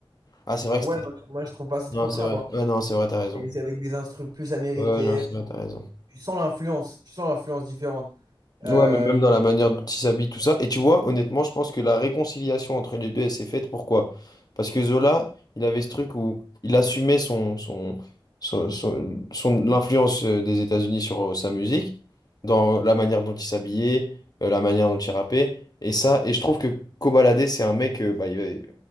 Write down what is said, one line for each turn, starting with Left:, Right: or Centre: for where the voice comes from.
Left: Ah, c'est
Right: Ah
Left: vrai
Right: ouais,
Left: que c'était.
Right: moi, je moi, je trouve pas ça trop
Left: Non,
Right: trap.
Left: c'est vrai.
Right: hein.
Left: Ouais, non, c'est vrai, t'as raison.
Right: Et c'est avec des instrus plus américaines.
Left: Ouais, ouais, non, c'est vrai, t'as raison.
Right: Tu sens l'influence. Tu sens l'influence différente. Euh,
Left: Ouais, mais même dans la manière dont ils s'habillent, tout ça. Et tu vois, honnêtement, je pense que la réconciliation entre les deux, elle s'est faite. Pourquoi? Parce que Zola, il avait ce truc où il assumait son, son, son, son- son- l'influence euh, des États-Unis sur euh, sa musique, dans la manière dont il s'habillait, euh, la manière dont il rappait. Et ça, et je trouve que Kobalade, c'est un mec, euh, bah, il est-